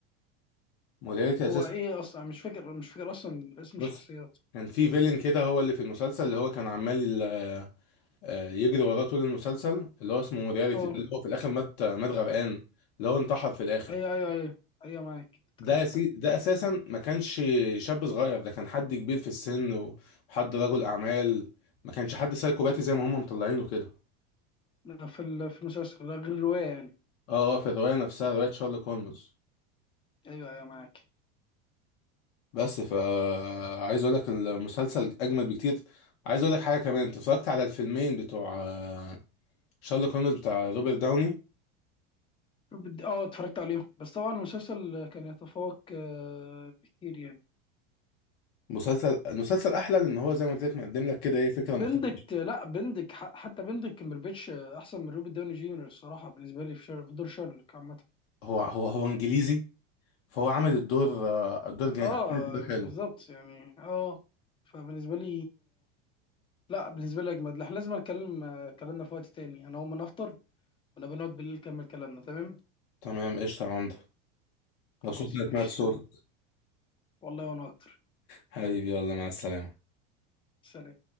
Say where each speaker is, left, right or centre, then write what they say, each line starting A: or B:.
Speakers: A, on the left; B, on the left.
A: مورياليتي اساسا
B: هو ايه اصلا مش فاكر مش فاكر اصلا اسم
A: بص
B: الشخصيات
A: كان في فيلن كده هو اللي في المسلسل اللي هو كان عمال آه، يجري وراه طول المسلسل اللي هو اسمه مورياليتي
B: اه
A: ده اللي هو في الاخر مات مات غرقان اللي هو انتحر في الاخر
B: ايوه ايوه ايوه ايوه معاك افتكرت
A: ده يا سي...
B: انا
A: ده اساسا ما كانش شاب صغير ده كان حد كبير في السن وحد رجل اعمال ما كانش حد سايكوباتي زي ما هم مطلعينه كده
B: لا، في ال- في المسلسل ده غير الروايه يعني
A: اه اه في الروايه نفسها روايه شارلوك هولمز
B: ايوه ايوه معاك
A: بس ف عايز اقول لك المسلسل اجمد بكتير عايز اقول لك حاجه كمان انت اتفرجت على الفيلمين بتوع آه، شارلوك هولمز بتاع روبرت داوني
B: بدي- اه اتفرجت عليهم بس طبعا المسلسل كان يتفوق آه، بكتير يعني
A: مسلسل المسلسل احلى لان هو زي ما قلت لك مقدم لك كده ايه فكره
B: بندك
A: مختلفه
B: لا بندك ح- حتى بندك كمبربيتش آه، احسن من روبي داوني جونيور الصراحه بالنسبه لي في شر- في دور شارلوك عامه
A: هو هو هو انجليزي فهو عمل الدور آه، الدور جامد
B: اه
A: عمل الدور
B: بالظبط
A: حلو
B: يعني اه فبالنسبه لي لا بالنسبه لي اجمد احنا لازم نتكلم آه، كلامنا في وقت تاني انا اول ما نفطر ونبقى نقعد بالليل نكمل كلامنا تمام
A: تمام قشطه يا عمده مبسوط
B: خلاص
A: انك
B: ماشي
A: سمعت صوتك
B: سلام والله وانا اكتر
A: حبيبي يلا مع السلامة
B: سلام